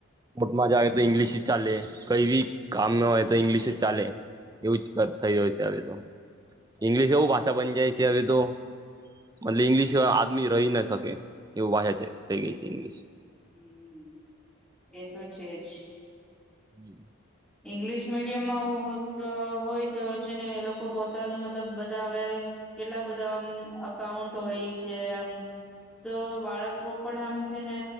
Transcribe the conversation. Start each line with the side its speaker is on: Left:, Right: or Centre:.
Right: મોટમાં જ આવે તો ઈંગ્લિશ ચાલે કઈ બી કામ ન હોય તો ઈંગ્લિશ જ ચાલે એવું જ થઈ ગયો છે હવે તો ઈંગ્લિશ એવું ભાષા બની જાય છે હવે તો મતલબ ઈંગ્લિશ આદમી રહી ના શકે એવું ભાષાછે થઈ ગઈ છે ઇંગલીશ
Centre: હમ્મ એ તો છે જ
Right: હમ્મ
Centre: ઈંગ્લિશ મીડિયમમાં હોય તો છેને એ લોકો પોતાનું મતલબ બધા હવે કેટલા બધા આમ અકાઉન્ટ હોય છે એમ તો બાળકો પણ આમ છે ને